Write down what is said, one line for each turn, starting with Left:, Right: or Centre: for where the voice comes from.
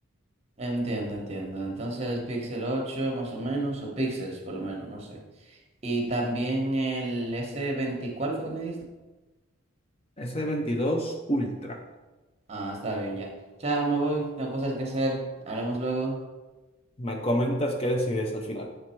Right: Entiendo, entiendo. Entonces, Pixel 8 más o menos, o Pixels por lo menos, no sé. Y también el S20, ¿cuál fue que me dijiste?
Left: s veintidós Ultra.
Right: Ah, está bien, ya. Chao, me voy, tengo cosas que hacer. Hablamos luego.
Left: Me comentas qué decides al final.